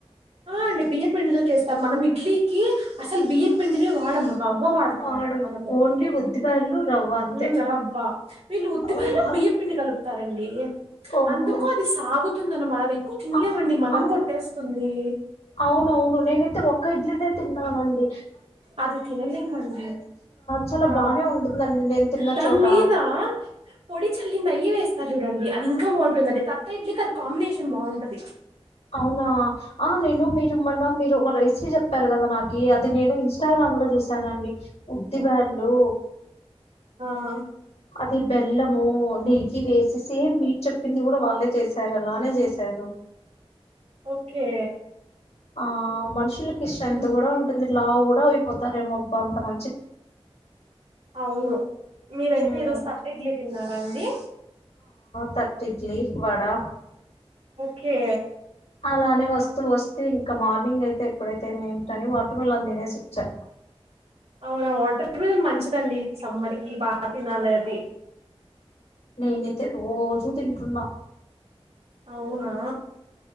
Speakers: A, on the right; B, on the left.
A: ఆ అండి బియ్య పిండితో చేస్తాం, మనం ఇడ్లీకి అసలు బియ్యపు పిండినే వాడము రవ్వ వాడతాము
B: వాడు
A: మనము,
B: ఓన్లీ ఉద్దిపయలు రవ్వ అంతే
A: మ్ రవ్వ వీళ్ళు ఉద్ది
B: ఓహో
A: బ్యాళ్ళు బియ్యపు పిండి కలుపు స్తారండి
B: ఓహో
A: అందుకో అది సాగుతుందన మాదే అది ఎక్కువ తినలేమండి
B: ఆ
A: మోకం
B: అన్-
A: కొట్టేస్తుంది.
B: అవునవును నేనుతే ఒక్క నలే లే తిన్నామండి
A: అది తినలేమండి
B: చాలా
A: ఆ
B: బానే ఉంటుందండి నేను తిన్న
A: దాని
B: చోట
A: మీద పొడి చల్లి నెయ్యి వేస్ సర చూడండి అది ఇంకా బాగుంటుందిండి, తట్ట ఇడ్లికి అది కాంబినేషన్ బాగుంటది
B: అవునా, ఆ నేను మీరు మొన్న మీరు ఒక రెసిపీ చెప్పారు కదా నాకి, అది నేను ఇన్స్టాగ్రామ్ లో చూశానండి ఉద్దిబ్యాళ్ళు
A: ఆ
B: అది బెల్లము నెయ్యి వేసి సేమ్ మీర్ చెప్పింది కూడా వాళ్ళే చేశారు అలానే చేశారు
A: ఓకే
B: ఆ మనుషులు ఇ స్ట్రెంత్
A: ఉమ్,
B: కూడా ఉంటుంది లావు కూడా అయిపోతారేమోబ్బ అంత మ
A: అవును మీరైతే
B: ఉమ్,
A: ఈరోజు తట్ట ఇడ్లీ తిన్నారా అండి
B: తట్ ఇడ్లీ వడా
A: కే
B: అలానే వస్తూ వస్తూ ఇంకా మార్నింగ్ అయితే ఎప్పుడైతే ఏం ఏంటని వాటర్ మిలన్ తినేసి వచ్చా
A: అవునా వాటర్ <inaudible> మంచిదండి సమ్మర్ కి బా తినాలది
B: నేనైతే రోజు తింటున్నా
A: అవునా